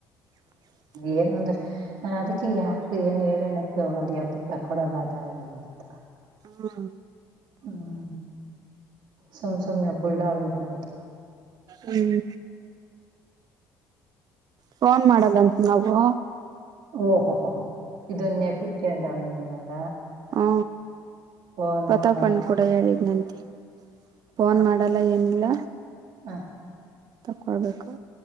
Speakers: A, on the right (about 50°); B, on the right (about 65°).
A: ಹ <inaudible>
B: ಏನ ಒಂದಿಷ್ಟುಅದಕ್ಕೆ ಯಾರಿಗು ಏನ್ ಹೇಳೋಣಕ್ಕೆ ಹೋಗಲ್ಲ ಯಪ್ಪ ತಕ್ಕೊಡಲ್ಲ ಅದ ಆಗಲ್ಲ ಅಂತ
A: ಹಾ
B: ಹ್ಮ ಸುಮ್ ಸುಮ್ ನೆ ಬಿಡ್ ಬಿಡೊದ
A: ಹ್ಮ್ ಫೋನ್ ಮಾಡದಂತ ನಾವು
B: ಓಹೋ ಹೋಹ ಇದೊನ್ನ ನೆಪಿಕೊಂಡವನ ಇವಾಗ
A: ಹಾ
B: ಫೋನ್
A: ಪತಾ
B: ಮಾಡಲ್ಲ
A: ಕಣ್ ಕೂಡ ಹೇಳಿದ್ ನಂತಿ ಫೋನ್ ಮಾಡಲ್ಲ ಏನಿಲ್ಲ.
B: ಹಾ
A: ತಗೊಳ್ಬೇಕು